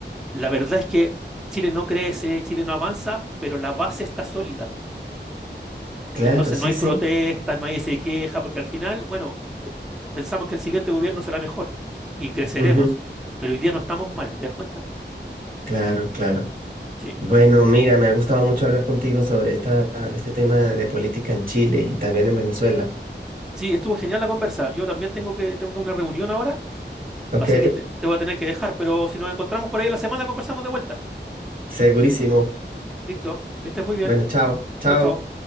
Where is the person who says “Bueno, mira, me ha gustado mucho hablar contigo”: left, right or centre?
Right